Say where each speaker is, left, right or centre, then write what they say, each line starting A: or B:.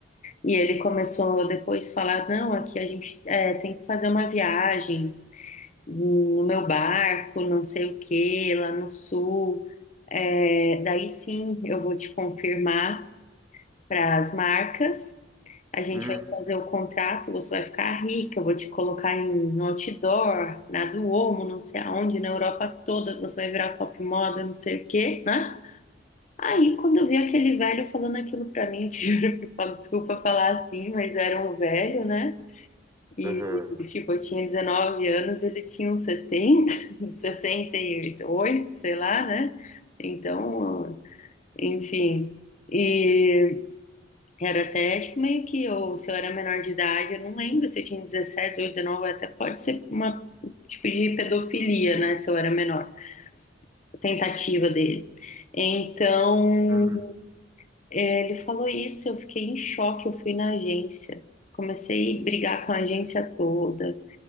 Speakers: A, on the left (about 40°); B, on the right (about 15°).
A: E ele começou depois a falar, não, aqui a gente é, tem que fazer uma viagem no meu barco, não sei o quê, lá no sul. É, daí sim eu vou te confirmar para as marcas, a gente
B: Hum,
A: vai fazer o contrato, você vai ficar rica, eu vou te colocar em no outdoor, na Duomo, não sei aonde, na Europa toda, você vai virar top moda, não sei o quê, né? Aí, quando eu vi aquele velho falando aquilo pra mim, <laughs> eu te juro, <laughs> fala- desculpa falar assim, mas era um velho, né? E,
B: aham,
A: tipo, eu tinha 19 anos, ele tinha uns setenta, <laughs> 68, sei lá, né? Então, enfim. E era até, tipo, meio que, ou se eu era menor de idade, eu não lembro se eu tinha 17, ou 19, até pode ser uma, tipo, de pedofilia, né? Se eu era menor, a tentativa dele. Então.
B: hum,
A: É, Ele falou isso, eu fiquei em choque, eu fui na agência. Comecei a brigar com a agência toda.